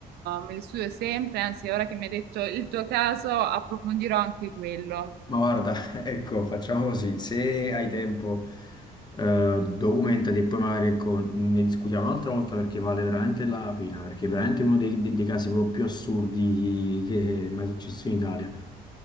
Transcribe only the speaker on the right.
me li studio sempre, anzi ora che mi hai detto il tuo caso approfondirò anche quello.